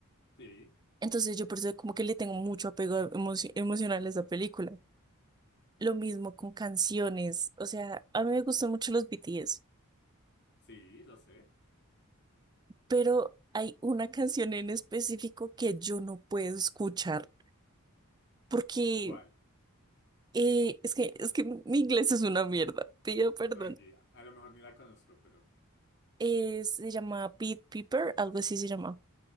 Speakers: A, on the left; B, on the right.
A: Sí,
B: Entonces yo por eso como que le tengo mucho apego emo- emocional a esa película. Lo mismo con canciones. O sea, a mí me gustan mucho los BTS,
A: sí, lo sé.
B: pero hay una canción en específico que yo no puedo escuchar porque
A: ¿Cuál?
B: eh, es que, es que mi inglés es una mierda. Pido perdón.
A: Tranquila. A lo mejor ni la conozco, pero
B: Eh, se llama Pete Piper, algo así se llama.